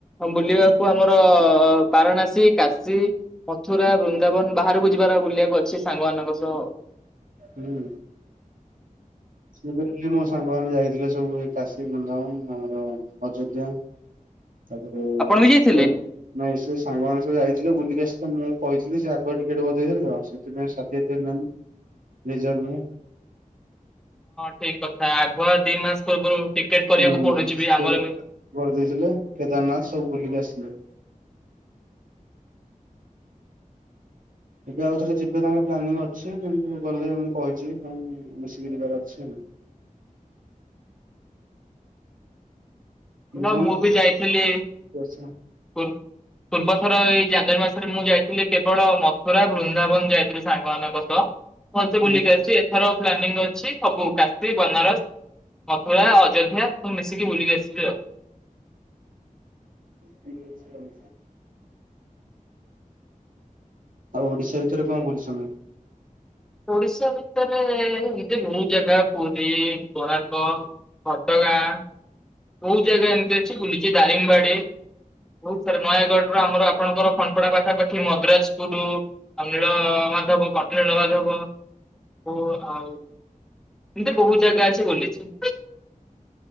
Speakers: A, in the centre; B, on the right.
A: ବୁଲିବାକୁ ଆମର ଆ ବାରାଣାସୀ କାଶୀ ମଥୁରା ବୃନ୍ଦାବନ ବାହାରକୁ ଯିବାର ବୁଲିବାକୁ ଅଛି ସାଙ୍ଗ ମାନ କସ
B: ହୁଁ ସେ ଏ ସାଙ୍ଗମାନୋନ ଯାଇଥିଲେ ସବୁ କାଶୀ ବଧାବନ ଆମର ଅଯୋଧ୍ୟା ତାପରେ
A: ଆପଣ ବି ଯାଇଥିଲେ?
B: ସେ ସାଙ୍ଗ ମାନ ସ ଯାଇ ବୁଲିକ ଆସିଲ ତ ମୁଁ କହିଥିଲି ଯେ ଆଗୁଆ ଟିକେଟେ ବଜେଇଥିଲି ଆ ସେଥିପାଇଁ ସାଥିୀାତ ହେନାନ୍ତି ଲଜର
A: ସେଠିକ କଥା ଆଗୁଆ ଦି ମାସ ପୂର୍ବରୁ ଟିକେଟ କରିବାକୁ
B: ହୁଁ
A: ପଡୁଛି ବି
B: ସେ
A: ଆମର ବି
B: କରିଦେଇଥିଲେ କେଦାରନାଥ ସବୁ ବୁଲିକି ଆସିଲଥିଲେ ଏବେ ଆଉ ଥରେ ଯିବେ ତାଙ୍କର ପ୍ଲାନିଂ ଅଛି କିନ୍ତୁ ଗଲେ ମୁଁ କହିଛି କ ମିଶିକି ଯିବାର ଅଛି ଜୀବନ
A: ନା ମୁଁ ବି ଯାଇଥିଲି
B: ବର୍ଷ
A: ପୂର୍ବ ର ଏଇ ଜାନୁଆରୀ ମାସରେ ମୁଁ ଯାଇଥିଲି କେବଳ ମଥୁରା ବୃନ୍ଦାବନ ଯାଇଥିଲି ସାଙ୍ଗମାନାନଙ୍କ ସହ ଭସ
B: ହୁଁ।
A: ବୁଲିକି ଆସିଛି ଏଥର ପ୍ଲାନିଂ ଅଛି ସବୁ କାଶୀ ବନାରସ ମଥୁରା ଅଯୋଧ୍ୟା ତୁ ମିଶିକି ବୁଲିକି ଆସଲୁ ଆଉ।
B: ଠିକ ଅଛି <inaudible> ଆଉ ଓଡ଼ିଶା ଭିତରେ କଣ ବୁଲିଛ ମି।
A: ଓଡ଼ିଶା ଭିତରେ ଏଭିଦେ‌ ବୋହୁତ୍ ଜାଗା ପୁରୀ କୋଣାର୍କ ଘଟଗାଁ। ବୋହୁତ୍ ଜାଗା ଏମିତି ଅଛି ବୁଲିଛି ଦାରିଙ୍ଗ୍ ବାଡ଼ି ବୋହୁତ୍ ସାରା ନୟାଗଡ଼ ର ଆମର ଆପଣଙ୍କର ଖଣ୍ଟ୍ ପଡ଼ା ପାଖାପାଖି ମଦ୍ ରାଜ୍ ପୁରୁ ଅନୀଳ ମାଧବ କଟଳୀ ନ ମାଧବ। ଓ ଆଉ ଏମ୍ ତି ବୋହୁତ୍ ଜାଗା ଅଛି ବୁଲିଛି।